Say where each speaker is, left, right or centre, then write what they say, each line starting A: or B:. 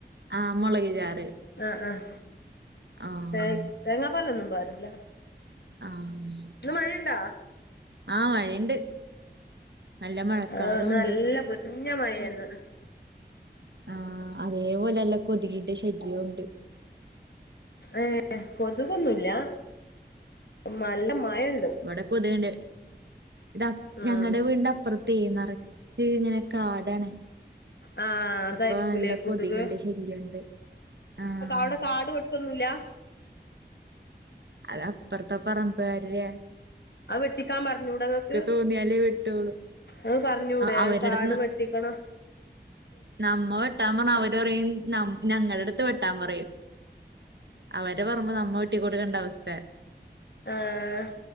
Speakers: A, on the right; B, on the left.
A: ആഹ് മൊളക് ചാറ്.
B: ആഹ് ആഹ്
A: ആഹ്
B: തേങ്ങ് തേങ്ങാപ്പാലൊന്നും പാരൂല.
A: ആഹ്.
B: ഇന്ന് മയണ്ടാ?
A: ആഹ് മഴണ്ട് നല്ല മഴക്കാറൂണ്ട്.
B: ഏഹ് ഇന്ന് നല്ല മയേന്ന്വ്ടെ.
A: ആഹ് അതേപോലെനല്ല കൊതുകിന്റെ ശല്യവുണ്ട്.
B: ഏഹ് കൊതുകൊന്നുല്ല. ഉം നല്ല മഴണ്ട്.
A: ഇവിടെ കൊത്‌ക്ണ്ട് ഇത് അപ്
B: ഉം
A: ഞങ്ങടെ വീടിന്റെ അപ്പൊർ തീ നറച്ച് ഇങ്ങനെ കാടാണ്.
B: ആഹ് അതായിരിക്കൂലേ
A: അപ്പൊ നല്ല
B: കൊതുക്
A: കൊതുകിന്റെ ശല്യമുണ്ട് ആഹ്
B: അടെ കാട് വെ ട്ടൊന്നുല്ല.
A: അത് അപ്പർത്തെ പറമ്പ്കാര്ടെ.
B: അത്‌വെട്ടിക്കാൻ പറഞ്ഞൂടെങ്ങക്ക്
A: തോന്നിയാലേ വെട്ടുള്ളൂ
B: അഹ് പറഞ്ഞൂടെ
A: അവരുടെടുത്ത്
B: കാട് വെ ട്ടിക്കണം.
A: നമ്മ വെട്ടാ പർഞ്ഞാ അവര് പറയും ഞം ഞങ്ങൾടെ അടുത്ത് വെട്ടാൻ പറയും. അവരെ പറമ്പ് നമ്മ വെട്ടിക്കൊടുക്കണ്ട അവസ്ഥേ.
B: ആഹ്